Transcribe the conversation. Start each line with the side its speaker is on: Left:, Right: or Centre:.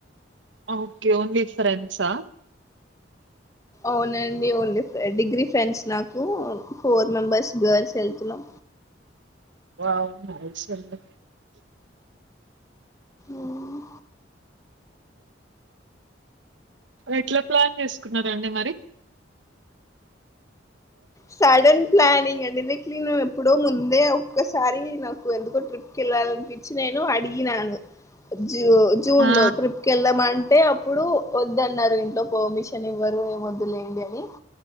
Right: ఓక్కే ఓన్లీ ఫ్రెండ్స
Left: ఔనండి ఓన్లీ ఫ్రె డిగ్రీ ఫ్రెండ్స్ నాకూ ఫోర్ మెంబర్స్ గార్ల్స్ యెళ్తున్నం
Right: వామ్మో అసలు
Left: ఉమ్
Right: ఎట్ల ప్లాన్ చేసుకున్నారండి మరి
Left: సడన్ ప్లానింగ్ అండి నీక్ నిను ఎప్పుడో ముందే అ ఒక్కసారి నాకు ఎందుకో ట్రిప్కి వెళ్ళాలనిపించి నేను అడిగినను జూ జూన్లో
Right: ఆ!
Left: ట్రిప్ కేళ్దామంటే అప్పుడు వద్దు అన్నారు ఇంట్లో పర్మిషన్ ఇవ్వరు ఏమ వద్దులేండి అని
Right: ఉ